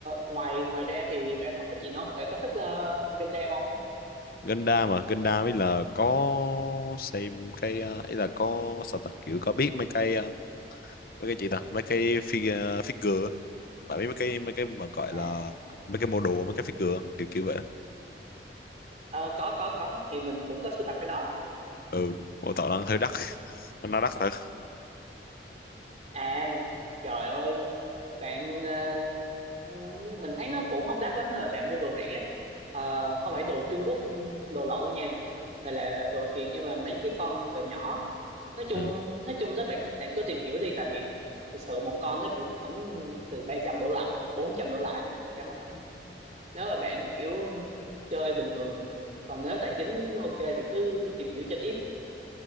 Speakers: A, on the right; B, on the left.
A: ngoài ngoài ra thì bạn còn thích gì nữa không bạn có thích ờ, Gundam không
B: Gundam mà Gundam ấy là có xem cái ờ, ấy là có sao ta kiểu có biết mấy cái ờ, mấy cái gì ta mấy cái figure, figure bạn biết mấy cái mấy cái mà gọi
A: à
B: là mấy cái mô đồ mấy cái figure kiểu kiểu vậy
A: ờ, có có có thì mình cũng có sưu tập cái đó
B: ừ mô tạo đang hơi đắt nó đắt thật
A: à trời ơi bạn ờ, ừm, mình thấy nó cũng không đắt lắm nên là bạn mua đồ rẻ Ờ, không phải đồ Trung Quốc ừm, đồ lậu đâu nha mà là đồ thiệt nhưng mà mấy cái con cỡ nhỏ nói chung
B: ừ
A: nói chung nếu bạn thích bạn cứ tìm hiểu đi tại vì thực sự một con nó cũng khoảng từ 300 đổ lại 400 đổ lại nó cũng chả mắc lắm đâu nếu là bạn kiểu chơi bình thường còn nếu tài chính ok thì cứ tìm hiểu cho tiếp